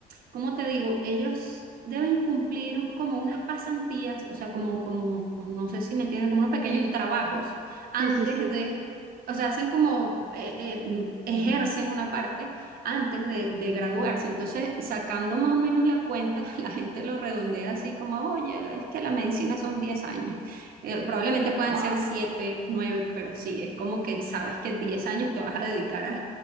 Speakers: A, on the right; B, on the right.
A: ¿cómo te digo? Ellos deben cumplir como unas pasantías, o sea, como, como, no sé si me entiendes, como unos pequeños
B: sí,
A: trabajos antes
B: sí, sí, sí,
A: de, o sea, hacen como, eh, eh, ejercen una parte antes de, de graduarse. Entonces, sacando más o menos la cuenta, <laughs> la gente lo redondea así como, oye, es que la medicina son 10 años. Eh, probablemente puedan
B: wow,
A: ser 7 nueve pero sí, es como que sabes que 10 años te vas a dedicar a,